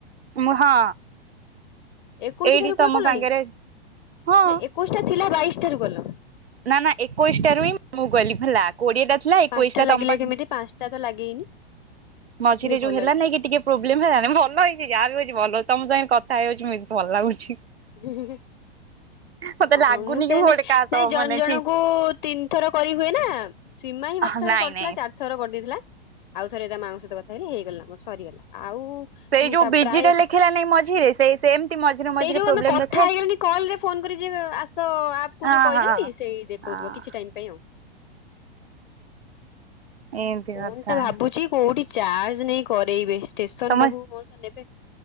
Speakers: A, on the right; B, on the left.
A: ମୁଁ ହଁ।
B: ଏକୋଇଶି
A: ଏଇଠି
B: ଠାରୁ ପୁରା
A: ତମ
B: କଲଣି
A: ସାଙ୍ଗରେ ହଁ
B: ନା ଏକୋଇଶଟା ଥିଲା ବାଇଶିଠାରୁ କଲ?
A: ନା ନା ଏକୋଇଶଟାରୁ ହିଁ ମୁଁ କଲି <unintelligible> କୋଡିଏଟା ଥିଲା ଏକୋଇଶଟା
B: ପାଞ୍ଚଟା ଲାଗିଲା
A: ତମ ପାକ୍
B: କେମିତି
A: ଉଁ
B: ପାଞ୍ଚଟା ତ ଲାଗେଇନି।
A: ମଝିରେ
B: ହେ ଭଲ
A: ଯୋଉ ହେଲା
B: ହେଇଛି।
A: ନାଇଁ କି ଟିକେ ପ୍ରୋବ୍ଲେମ୍ ହେଲାନି ଭଲ ହେଇଚି ଯାହା ବି ହୋଇଚି ଭଲ ହଉଚି ତମ ସାଙ୍ଗେରେ କଥା ହେଇଯାଉଚି <unintelligible> ଭଲ ଲାଗୁଛି।
B: ହୁଁ ହୁଁ ହୁଁ
A: ମତେ
B: ଆ
A: ଲାଗୁନି
B: ମୁଁ ସେନେଇ
A: କି ଗୋଟେ କାହା ସହ
B: ନାଇଁ ଜ
A: ମାନେ
B: ଉଁ ଜଣଙ୍କୁ ତିନି ଥର କରି ହୁଏ ନା ସୀମା
A: ଚିହ୍ନି
B: ହି ମତେ ଥରେ
A: ନାଇଁ
B: କରିଥିଲା
A: ନାଇଁ
B: ଚାର୍ ଥର କରିଦେଇଥିଲା ଆଉ ଥରେ ତା ମାଙ୍କ ସହିତ କଥା ହେଲି ହେଇଗଲା ମୋର ସରିଗଲା ଆଉ
A: ସେଇ ଯୋଉ
B: ତା
A: ବିଜିଟା
B: ପ୍ରାୟ
A: ଲେଖିଲା ନାଇଁ ମଝିରେ ସେଇ ସେମତି ମଝିରେ
B: ସେଇ
A: ମଝିରେ
B: ଯୋଉ
A: ପ୍ରୋବ୍ଲେମ୍
B: ଆମେ
A: ଦେଖ୍
B: କଥା ହେଇଗଲିଣି କଲରେ ଫୋନ କରି ଯିଏ କଇବ ଆସ ଆପକୁ
A: ହଁ
B: ଯୋଉ କଇଦେଲିନି
A: ହଁ
B: ସେଇ ଦେଖଉଥୁବ
A: ହଁ
B: କିଛି ଟାଇମ୍ ପେଇଁ ଆଉ।
A: ଏମିତି
B: ଫୋନଟା
A: କଥା
B: ଭାବୁଚି କୋଉଠି ଚାର୍ଜ ନେଇ କରେଇବେ ଷ୍ଟେସନ
A: ତମେ
B: ପାଖୁକୁ ମଉସା ନେବେ?